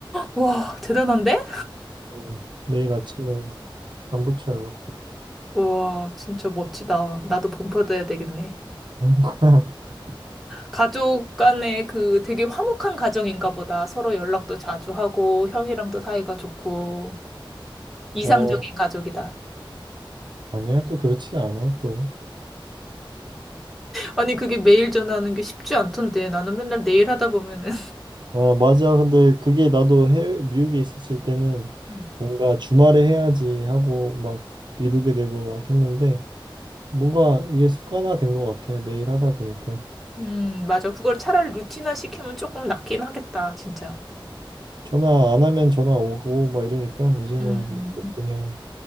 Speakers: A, in the centre; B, on the right (about 60°).
A: 와, 대단한데?
B: 음, 매일 아침에 안부처 연락드려.
A: 와, 진짜 멋지다. 나도 본받아야 되겠네.
B: <laughs>
A: 가족 간에 그 되게 화목한 가정인가 보다. 서로 연락도 자주 하고, 형이랑도 사이가 좋고, 이상적인
B: 어,
A: 가족이다.
B: 아니야, 또 그렇진 않아, 또.
A: 아니, 그게 매일 전화하는 게 쉽지 않던데. 나는 맨날 내일 하다 보면은.
B: 아, 맞아. 근데 그게 나도 해외, 미국에 있었을 때는
A: 음,
B: 뭔가 주말에 해야지 하고 막 미루게 되고 막 했는데 뭔가 이게 습관화된 것 같아. 매일 하다 보니까.
A: 음, 맞아. 그걸 차라리 루틴화 시키면 조금 낫긴 하겠다, 진짜.
B: 전화 안 하면 전화 오고 막 이러니까 이제는
A: 음.
B: 뭐 그냥